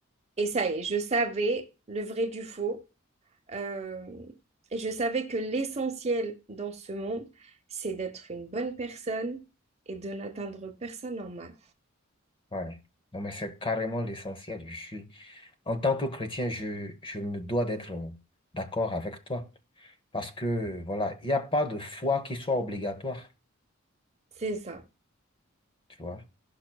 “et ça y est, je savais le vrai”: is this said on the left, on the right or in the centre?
Right